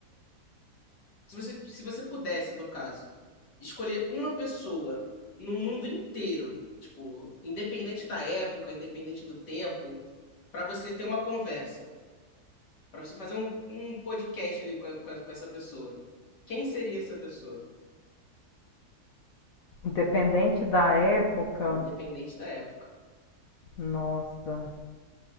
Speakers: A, on the left; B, on the left.
A: Se você, se você pudesse, no caso, escolher uma pessoa no mundo inteiro, tipo, independente da época, independente do tempo, pra você ter uma conversa, pra você fazer um, um podcast ali com, a- com, a- com essa pessoa. Quem seria essa pessoa?
B: Independente da época,
A: Independente da época.
B: nossa,